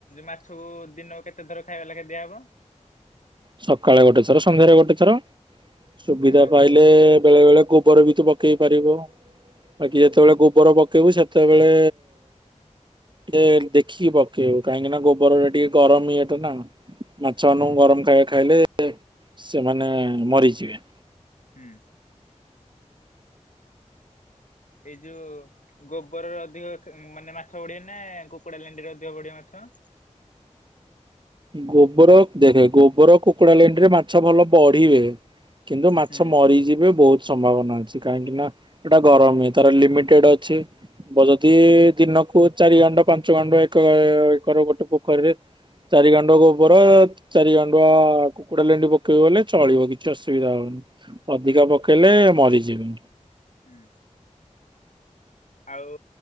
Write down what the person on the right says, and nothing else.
ସକାଳେ ଗୋଟେ ଥର ସନ୍ଧ୍ୟାରେ ଗୋଟେ ଥର। ସୁବିଧା
ପାଇ ଲେ ବେଳେ ବେଳେ ଗୋବର ବି ତୁ ପକେଇ ପାରିବୁ। ବାକି ଯେତେବେଳେ
ଗୋବର ପକେଇବୁ ସେ ତେବେଳେ ଏ ଟିକେ ଦେଖିକି ପକେଇବୁ କାହିଁକି ନା ଗୋବର ଟା ଟିକେ ଗରମ ଇ ଏଟା ନା। ମାଛମାନଙ୍କୁ
ଗରମ ଖାଇବା ଖାଇଲେ ସେମାନେ ମରିଯିବେ।
ଗୋବର ଦେଖେ ଗୋବର କୁକୁଡା ଲେଣ୍ଡିରେ ମାଛ ଭଲ ବଢିବେ। କିନ୍ତୁ ମାଛ
ମରିଯିବେ ବହୁତ ସମ୍ଭାବନା ଅଛି କାହିଁକି ନା ଏଟା ଗରମ ତାର ଲିମିଟେଡ ଅଛି। ହବ ଯଦି ଦିନକୁ ଚାରି ଗାଣ୍ଡ ପାଞ୍ଚ ଗାଣ୍ଡ ଏକ ଏକର ଗୋଟେ ପୋଖରୀରେ ଚାରିି ଗାଣ୍ଡ ଗୋବର ଚାରି ଗାଣ୍ଡୁଆ କୁକୁଡା ଲେଣ୍ଡି ପକେଇବ ବଲେ ଚଳିବ କିଛି ଅସୁବିଧା ହବନି। ଅଧିକା
ପକେଇଲେ ମରିଯିବେ।